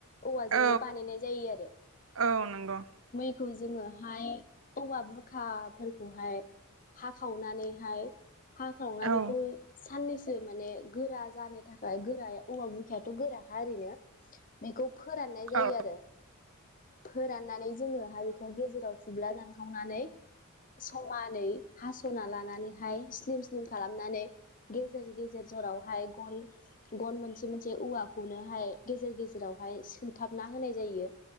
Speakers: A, on the left; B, on the right.
A: औवाजोंनो
B: औ
A: बानायनाय जायो आरो। <unintelligible>
B: औ नंगौ
A: <unintelligible> जोङोहाय, औवा बुरखाफोरखौहाय हाखावनानैहाय। हाखावना
B: औ
A: बेखौ साननैसो <unintelligible> <unintelligible> माने गोरा जानो थाखाय गोरा औवा बुरखायाथ' गोरा। <unintelligible> बेखौ फोराननाय जायो
B: औ
A: आरो। फोराननानै जोङो <unintelligible> गेजेराव। थुब्ला दानखावनानै समानै हास'ना लानानैहाय स्लिम स्लिम खालामनानै गेजेर गेजेर जरावहाय गन गन मोनसे मोनसे औवा <unintelligible> गेजेर गेजेरावहाय सो थाबना होनाय जायो।